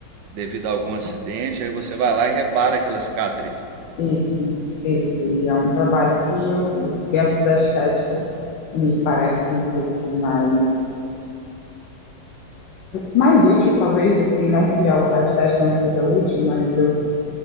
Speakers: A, on the right (about 70°); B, on the left (about 70°).
A: devido a algum acidente, aí você vai lá e repara aquela cicatriz.
B: Isso, isso. E é um trabalho que eu, dentro da estética, me parece um pouco mais, mais útil, talvez, assim, não que a, a estética não seja útil, mas eu